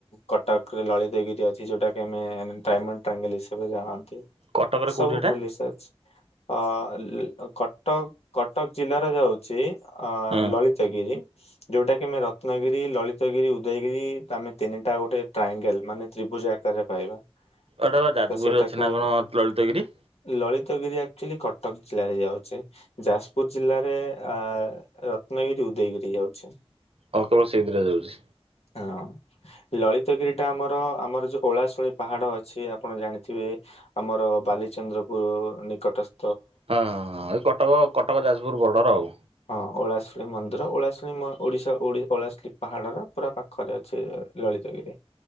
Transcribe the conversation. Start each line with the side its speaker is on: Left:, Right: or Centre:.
Left: କଟକରେ ଲଳିତଗିରି ଅଛି, ଯୋଉଟା କି ଆମେ ଡାଇମଣ୍ଡ ଟ୍ରାଙ୍ଗଲ ହିସାବରେ ଜାଣନ୍ତି।
Right: କଟକରେ
Left: ସବୁ
Right: କୋଉଠି ଏଟା
Left: ଭୁଲି ସାରିଛି। ଅ କଟକ କଟକ ଜିଲ୍ଲାର ଯାଉଚି ଅ
Right: ହଁ
Left: ଲଳିତଗିରି। ଯୋଉଟା କି ଆମେ ରତ୍ନଗିରି, ଲଳିତଗିରି, ଉଦୟଗିରି ଆମେ ତିନିଟା ଗୋଟେ ଟ୍ରାଙ୍ଗେଲ୍ ମାନେ ତ୍ରିଭୁଜ ଆକାରରେ ପାଇବା।
Right: ଏଟା ବା ଯାଜପୁରରେ
Left: ତ ସେଇଟାକୁ
Right: ଅଛି ନା କଣ ଲଳିତଗିରି।
Left: ଲଳିତଗିରି ଆକ୍ଚୁଆଲି କଟକ ଜିଲ୍ଲାରେ ଯାଉଚି। ଯାଜପୁର ଜିଲ୍ଲାରେ ଅ ରତ୍ନଗିରି ଉଦୟଗିରି ଯାଉଛି।
Right: ହଁ କେବଳ ସେଇ ଦିଟା ଯାଉଚି।
Left: ହଁ। ଲଳିତଗିରି ଟା ଆମର ଆମର ଯୋଉ ଓଳାଶୁଣି ପାହାଡ ଅଛି ଆପଣ ଜାଣିଥିବେ। ଆମର ବାଲିଚନ୍ଦ୍ରପୁର ନିକଟସ୍
Right: ହଁଁ ହଁ ହଁ ଏ କଟକ କଟକ ଯାଜପୁର ବର୍ଡର ଆଉ।
Left: ହଁ ଓଳାଶୁଣୀ ମନ୍ଦିର ଓଳାଶୁଣି ମ ଓଡ଼ିଶା ଓଡ଼ି ପଳାଶ୍ରୀ ପାହାଡର। ପୁରା ପାଖରେ ଅଛି ଲଳିତଗିରି।